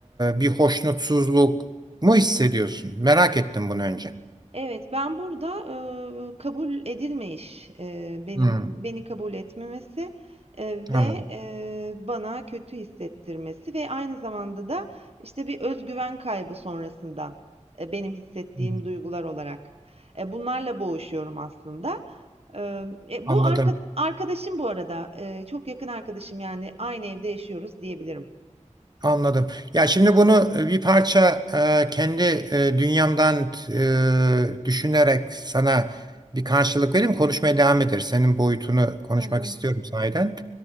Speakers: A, on the right; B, on the right.
A: bir hoşnutsuzluk mu hissediyorsun? Merak ettim bunu önce.
B: Evet, ben burada, eee, kabul edilmeyiş, eee, benim
A: Hı,
B: beni kabul etmemesi, eee,
A: anladım.
B: ve, eee, bana kötü hissettirmesi ve aynı zamanda da, işte, bir öz güven kaybı sonrasından, eee, benim hissettiğim
A: Hı,
B: duygular olarak. Eee, bunlarla boğuşuyorum aslında. Emm, e,
A: Anladım.
B: bu arka arkadaşım bu arada, eee, çok yakın arkadaşım, yani, aynı evde yaşıyoruz diyebilirim.
A: Anladım. Ya şimdi bunu e, bir parça e, kendi e, dünyamdan e, düşünerek sana bir karşılık vereyim. Konuşmaya devam ederiz. Senin boyutunu konuşmak
B: Hı hı.
A: istiyorum sahiden.